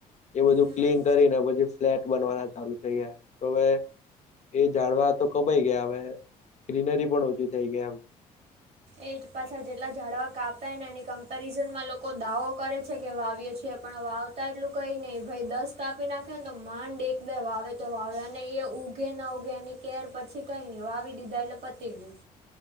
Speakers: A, on the left; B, on the right.
A: એવું બધું,
B: હમ
A: ક્લીન કરીને પછી ફ્લેટ બનવાના ચાલુ થઈ ગયા તો હવે, એ ઝાડવા તો કપાઈ ગયા હવે ગ્રીનરી પણ ઓછી થઈ ગઈ એમ.
B: એ જ પાછા જેટલા ઝાડવા કાપાય ને એની કમ્પેરિઝનમાં લોકો દાવો કરે છે કે વાવી છીએ પણ વાવ એટલું કઈ નહી ભાઈ દસ કાપી નાખે ને તો માંડ એક બે વાવે તો વાવે અને એ ઉઘે ના ઉઘે એની ક કેર પછી કઈ નહી વાવી દીધા એટલે પતી ગયું.